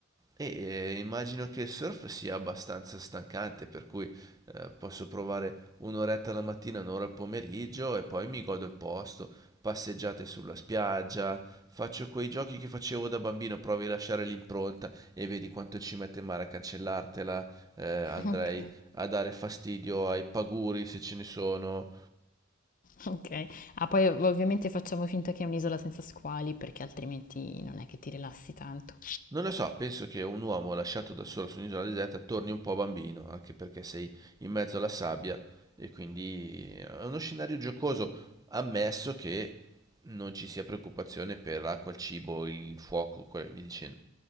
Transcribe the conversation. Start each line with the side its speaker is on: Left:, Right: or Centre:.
Right: E eh, immagino che il surf sia abbastanza stancante, per cui eh, posso provare un'oretta la mattina, un'ora al pomeriggio e poi mi godo il posto, passeggiate sulla spiaggia, faccio quei giochi che facevo da bambino, provi a lasciare l'impronta e vedi quanto ci mette in mare a cancellartela, eh, andrei
Left: Ok,
Right: a dare fastidio ai paguri se ce ne sono,
Left: ok. Ah, poi ovviamente facciamo finta che è un'isola senza squali perché altrimenti non è che ti rilassi tanto.
Right: Non lo so, penso che un uomo lasciato da solo su un'isola deserta torni un po' bambino, anche perché sei in mezzo alla sabbia e quindi è uno scenario giocoso, ammesso che non ci sia preoccupazione per l'acqua, il cibo, il fuoco, que- via dicendo.